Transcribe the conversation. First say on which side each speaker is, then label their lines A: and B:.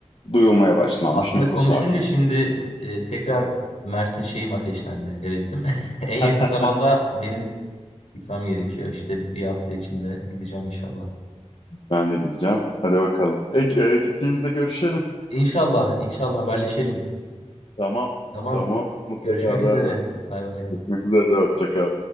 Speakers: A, on the left; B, on the left.
A: duyulmaya başlanmış
B: Aslında
A: nüfus
B: konuşunca
A: artmış.
B: şimdi e, tekrar Mersin şeyim ateşlendi, hevesim. <laughs> En yakın
A: <laughs>
B: zamanda benim gitmem gerekiyor. İşte bir hafta içinde gideceğim inşallah.
A: Ben de gideceğim. Hadi bakalım. E, e, gittiğimizde görüşelim.
B: İnşallah, inşallah haberleşelim.
A: Tamam.
B: Tamam,
A: Tamam. Mutlaka
B: görüşmek
A: haber
B: üzere.
A: ver.
B: Bay bay.
A: Görüşmek üzere. Hoşça kal.